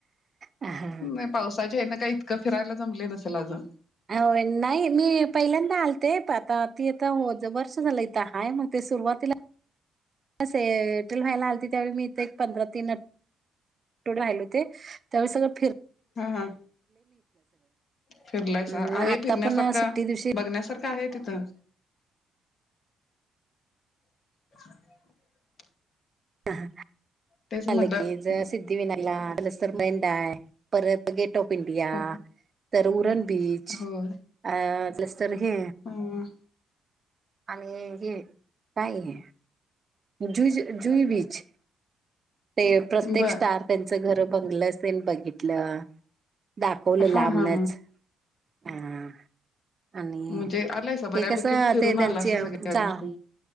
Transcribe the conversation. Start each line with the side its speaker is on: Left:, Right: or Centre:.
Right: हा.
Left: नाही पावसाच्या हे ना काही इतकं फिरायला जमले नसेल अजण
Right: अ नाही मी पहिल्यांदा आलते प आता ती आता वर्ष झालं इथ हाय मग सुरुवातीला एट्रिल व्हायला आल त्यावेळी मी इथ एक पंधरा तीन राहिल होते त्यावे सगळं फिर
Left: हा हा फिरलायच
Right: अम्
Left: आहे
Right: आता
Left: फिरण्यासारखा
Right: पण सुट्टी दिवशी
Left: बघण्यासारखा काय आहे तिथं <inaudible>
Right: ह
Left: तेच म्हटलं
Right: की ज सिद्ध विन मंा परत गेट ऑफ इंडिया
Left: हो
Right: तर उरण बीच
Left: हो
Right: अ पलस् तरर हे
Left: ह
Right: आणि हे काय आहे जु जुई बीच ते प्रत्येक
Left: बर
Right: स्टार त्यांच घर बंग बघितलं दाखवलं
Left: हा
Right: लांबनच
Left: हा हा
Right: हा आणि
Left: म्हणजे आलायसा बऱ्यापैकी
Right: हे कस
Left: फिरून
Right: ते त्यांची
Left: आलासा सगळ्या
Right: जा
Left: गोष्टी